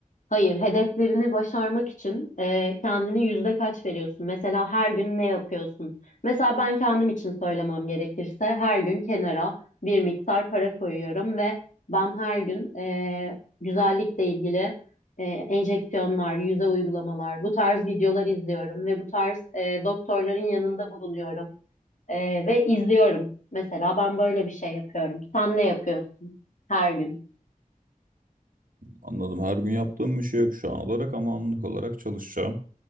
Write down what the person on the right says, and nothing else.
Anladım. Her gün yaptığım bir şey yok şu an olarak ama anlık olarak çalışacağım.